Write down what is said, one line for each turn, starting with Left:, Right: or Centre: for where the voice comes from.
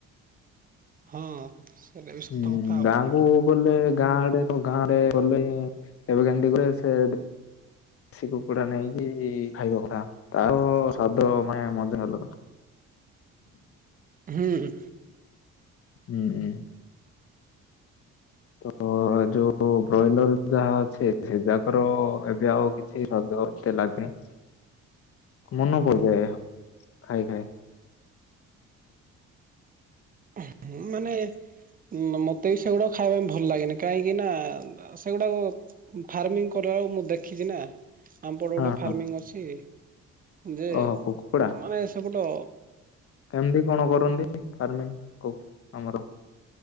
Right: ହଁ। ସେଇଟା ବି ସତ
Left: ହୁଁ
Right: କଥା ଆଉ।
Left: ଗାଁକୁ- ଗଲେ ଗାଁ ଆଡେ ଗାଁ ରେ ଗଲେ କେବେ କେନ୍ତି ସେ ଦେଶୀ କୁକୁଡ଼ା ନେଇକି ଖାଇବା କଥା ତାର ସ୍ଵାଦ ମାନେ ମଜା ଅଲଗା।
Right: ହୁଁ।
Left: ହୁଁ। <inaudible> ଯଉ ବ୍ରଏଲର ଯାହା ଅଛି ସେ ଯାକର ଏବେ ଆଉ କିଛି ସ୍ଵାଦ ଏତେ ଲାଗେନି। ମନ ଭରିଯାଏ ଖାଇ ଖାଇ।
Right: ହିଁ ମାନେ ମ-ମତେ ବି ସେଗୁଡା ଖାଇବା ପାଇଁ ଭଲ ଲାଗେନି କାହିଁକି ନା ସେଗୁଡାକୁ ଫାର୍ମିଂ କରିଲା ବଳକୁ ମୁଁ ଦେଖିଚି ନା। ଆମପଟେ ଗୋଟେ
Left: ହଁ
Right: ଫାର୍ମିଂ ଅଛି ଯେ
Left: ଓ କୁକୁଡା
Right: ମାନେ ସେ ପଟ
Left: କେମିତି କଣ କରନ୍ତି ଫାର୍ମିଂ କୁ-ଆମର?